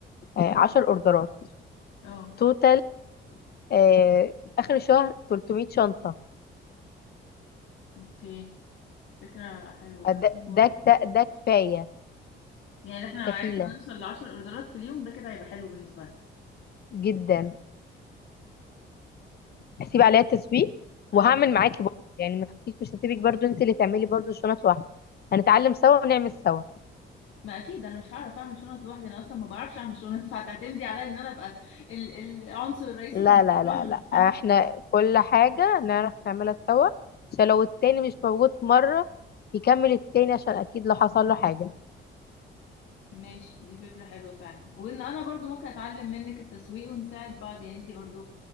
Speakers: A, on the left; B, on the left.
A: آه، 10 اوردرات
B: أه
A: توتال آه، اخر الشهر 300 شنطة
B: أوكي فكرة حلوة بس
A: ده
B: هو
A: ده ده, ده كفايه
B: يعني احنا لو
A: كفيله
B: عرفنا نوصل لعشر أوردرات في اليوم ده كده هيبقى حلو بالنسبة لنا
A: جدا هسيب عليها التسويق وهعمل
B: اه
A: معاكي برضه يعني ما تخافيش مش هسيبك برضه انت اللي تعملي برضه الشنط لوحدك هنتعلم سوا ونعمل سوا
B: ما اكيد انا مش هعرف اعمل شنط لوحدي انا اصلا ما بعرفش اعمل شنط فهتعتمدي عليا ان انا ابقى ال- العنصر الرئيسي
A: لا
B: في المشروع
A: لا لا لا
B: <laughs>
A: احنا كل حاجه نعرف نعملها سوا عشان
B: آه،
A: لو التاني مش موجود في مره يكمل التاني عشان اكيد لو حصل له حاجه
B: ماشي دي فكرة حلوة فعلا وان انا برضو ممكن اتعلم منك التسويق ونساعد بعض يعني انتي برضو